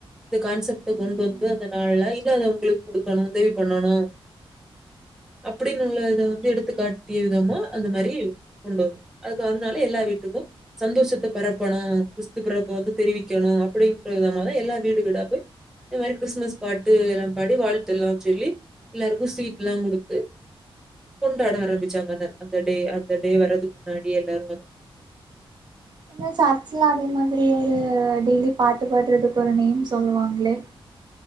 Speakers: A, in the centre; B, on the right.
A: இந்த கான்செப்ட
B: ம்
A: கொண்டு வந்து அந்த நாள்ல இல்லாதவங்களுக்கு கொடுக்கணும் உதவி பண்ணணும் அப்படின்னு உள்ள இத வந்து எடுத்து காட்டிய விதமா அந்த மாரி கொண்டு அதுக்கு வன்னால எல்லா வீட்டுக்கும் சந்தோஷத்த பரப்பணும் கிறிஸ்து பிறப்பு வந்து தெரிவிக்கணும் அப்படின் அப்படிங்கற விதமா தான் எல்லாம் வீடு வீடா போய் இந்த மாரி கிறிஸ்மஸ் பாட்டு எல்லாம் பாடி வாழ்த்து எல்லாம் சொல்லி எல்லாருக்கும் ஸ்வீட்லாம் கொடுத்து கொண்டாட ஆரம்பிச்சாங்க அந்த அந்த டே இந்த டே வர்றதுக்கு முன்னாடி எல்லாரும் அத
B: இந்த சர்ச்ல அதே மாதிரி ஒரு டெய்லி பாட்டு பாடுறதுக்கு ஒரு நேம் சொல்லுவாங்களே